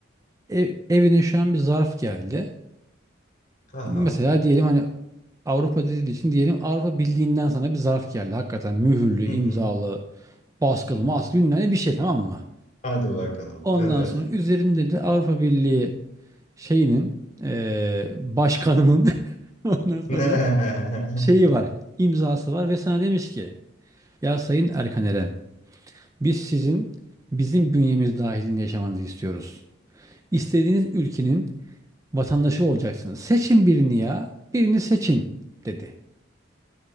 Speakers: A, on the right (about 15°); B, on the left (about 40°).
A: ev- evine şu an bir zarf geldi.
B: Aha.
A: Mesela diyelim hani Avrupa dediği için diyelim Avrupa Birliği'nden sana bir zarf geldi. Hakikaten mühürlü,
B: Hı
A: imzalı,
B: hı.
A: baskılı, maskılı bilmem ne bir şey tamam mı?
B: Hadi bakalım.
A: Ondan
B: Evet.
A: sonra üzerinde de Avrupa Birliği şeyinin eee, başkanının <laughs> ondan sonra
B: <laughs>
A: şeyi var, imzası var ve sana demiş ki ya Sayın Erkan Eren biz sizin bizim bünyemiz dahilinde yaşamanızı istiyoruz. İstediğiniz ülkenin vatandaşı olacaksınız. Seçin birini ya, birini seçin dedi.